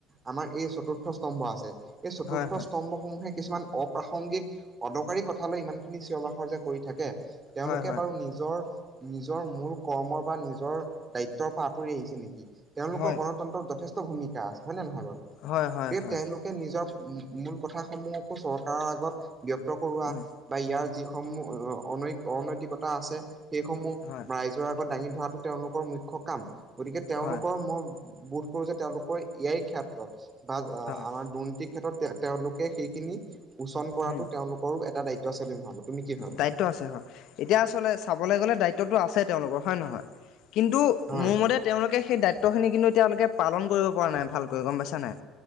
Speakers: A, on the right (about 25°); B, on the left (about 65°).
A: আমাৰ এই চতুৰ্থ স্তম্ভ আছে এই চতুৰ্থ
B: হয় হয়
A: স্তম্ভসমূহে কিছুমান অপ্ৰাসংগিক অদৰকাৰী কথালৈ ইমানখিনি চিঞৰ বাখৰ যে কৰি থাকে তেওঁলোকে
B: হয়
A: বাৰু নিজ নিজৰ নিজৰ মূল কৰ্মৰ বা নিজৰ দ্বায়িত্বৰ পৰা আঁতৰি আহিছো নেকি তেওঁলোকৰ
B: হয়
A: গণতন্ত্ৰত যথেষ্ট ভূমিকা আছে হয় নে নহয় বাৰু
B: হয় হয় হয়
A: গতিকে
B: হয়
A: তেওঁলো কে নিজৰ মূল কথা সমূহকো চৰকাৰৰ আগত ব্যক্ত কৰোৱা
B: উম
A: বা ইয়াৰ যিসমূহ অনৈ অনৈতিকতা আছে সেইসমূহ
B: হয়
A: ৰাইজ ৰ আগত দাঙি ধৰাটো তেওঁলোকৰ মুখ্য কাম গতিকে তেওঁলোকৰ
B: হয়
A: মই বুথ কৰো যে তেওঁলোকৰ ইয়াৰ ক্ষেত্ৰত বা
B: হয়
A: আমাৰ দুৰ্নীতিৰ ক্ষেত্ৰত তেওঁলোকে সেইখিনি সুচন কৰাতো
B: উম
A: তেওঁলোকৰো এটা দায়িত্ব আছে বুলি মই ভাবো তুমি কি ভাবা
B: দায়িত্ব আছে হয় এতিয়া আচলতে চাবলৈ গ'লে দায়িত্বটো আছে তেওঁলোকৰ হয় নহয় কিন্তু
A: হয়
B: মোৰ মতে তেওঁলোকে সেই দায়িত্বখিনি কিন্তু এতিয়ালৈকে পালন কৰিব পৰা নাই ভালকৈ গম পাইছা নাই?